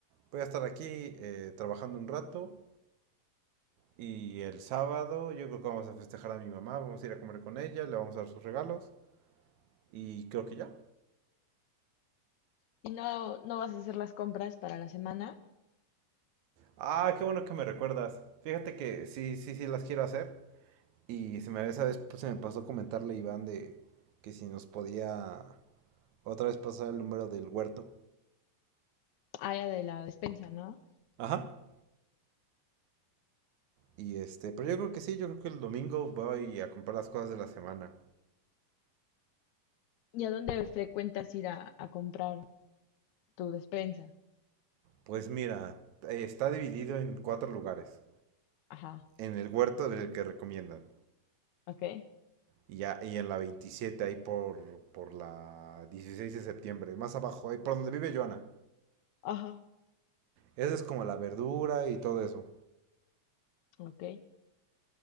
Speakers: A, on the right; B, on the left.
A: voy a estar aquí eh, trabajando un rato y el sábado yo creo que vamos a festejar a mi mamá, vamos a ir a comer con ella, le vamos a dar sus regalos Y creo que ya.
B: ¿Y no, no vas a hacer las compras para la semana?
A: Ah, qué bueno que me recuerdas. Fíjate que sí, sí, sí las quiero hacer. Y se me, esa vez pues, se me pasó comentarle a Iván de que si nos podía otra vez pasar el número del huerto.
B: Allá de la despensa, ¿no?
A: Ajá. Y este, pero yo creo que sí, yo creo que el domingo voy a comprar las cosas de la semana.
B: ¿Y a dónde frecuentas ir a, a comprar tu despensa?
A: Pues mira, eh, está dividido en cuatro lugares.
B: Ajá,
A: En el huerto del que recomiendan.
B: ok.
A: Y, ya, y en la 27 ahí por, por la 16 de septiembre. Más abajo, ahí por donde vive Joana.
B: Ajá,
A: Esa es como la verdura y todo eso.
B: ok.